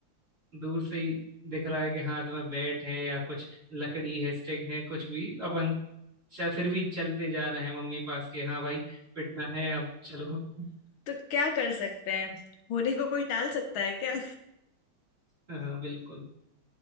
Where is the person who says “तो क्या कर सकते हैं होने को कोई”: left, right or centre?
Left